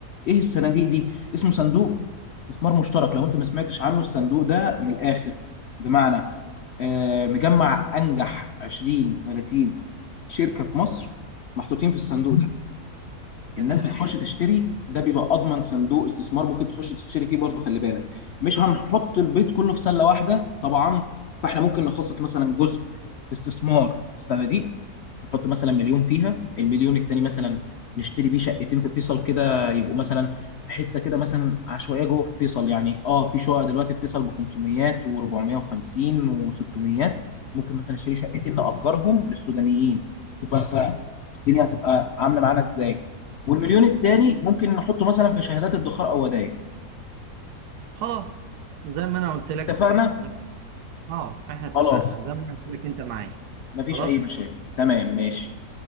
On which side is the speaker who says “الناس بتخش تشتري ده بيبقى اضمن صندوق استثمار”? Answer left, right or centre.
Left